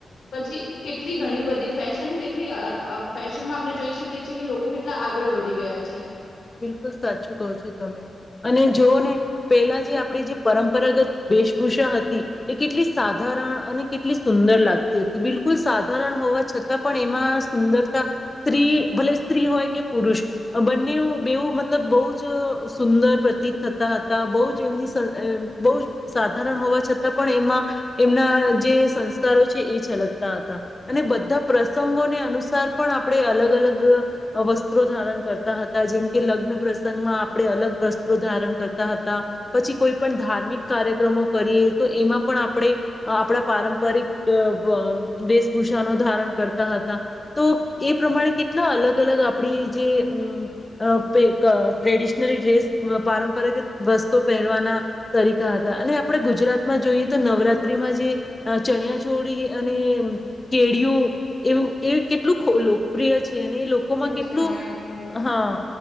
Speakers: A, on the left (about 80°); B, on the left (about 20°).
A: પછી કે કેટલી ઘણી બધી ફેશન કેટલી અ ફેશનમાં આપણે જોઈ શકીએ છીએ કે લોકો કેટલા આગળ વધી ગયા છે.
B: બિલકુલ સાચું કહો છો તમે અને જોઓ ને પેલા જે આપણી જે પરંપરાગત વેશભૂષા હતી એ કેટલી સાધારણ અને કેટલી સુંદર લાગતી હતી બિલકુલ સાધારણ હોવા છતાં પણ એમાં સુંદરતા સ્ત્રી ભલે સ્ત્રી હોય કે પુરુષ બંનેવ બેવું મતલબ બહુ જ સુંદર પ્રતીત થતા હતા બહુ જ એમની સ બહ જ સાધારણ હોવા છતાં પણ એમાં એમના જે સંસ્કારો છે એ છલકતા હતા. અને ધા પ્રસંગોને અનુસાર પણ આપણે અલગ-અલગ વસ્ત્રો ધારણ કરતા હતા જેમ કે લગ્ન પ્રસંગમાં આપણે અલગ વસ્ત્રો ધારણ કરતા હતા પછી કોઈ પણ ધાર્મિક કાર્યક્રમો કરીએ તો એમાં પણ આપણે આપણા પારંપરિક અમ્મ વ વેશભૂષાનો ધારણ કરતા હતા તો એ પ્રમાણે કેટલા અલગ-અલગ આપણી જે અમ્મ અ પે ક ટ્રેડિશનલી ડ્રેસ અ પારંપરાગત વસ્તો પહેરવાના તરીકા હતા અને આપણે ગુજરાતમાં જોઈએ તો નવરાત્રીમાં જે અ ચણિયાચોળી અને કેળિયું એ એવું એ કેટલું લોકપ્રિય છે અને એ લોકોમાં કેટલું
A: છે હા એકદમ બરાબર
B: હા